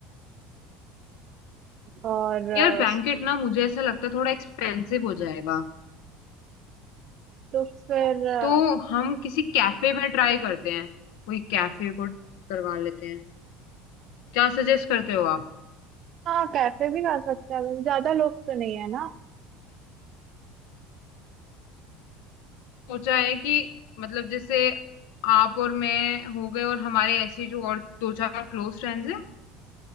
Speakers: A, on the right; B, on the left.
A: और अ,
B: यार बैंकेट
A: उसमें-
B: ना मुझे ऐसा लगता है थोड़ा एक्सपेंसिव हो जाएगा
A: तो फिर अ,
B: तो हम किसी कैफे में ट्राई करते हैं कोई कैफे को करवा लेते हैं क्या सजेस्ट करते हो आप
A: हाँ कैफे भी कर सकते हैं ज्यादा लोग तो नहीं है ना
B: सोचा है कि मतलब जैसे आप और मैं हो गए और हमारे ऐसे जो और दो चार क्लोज फ्रेंड्स हैं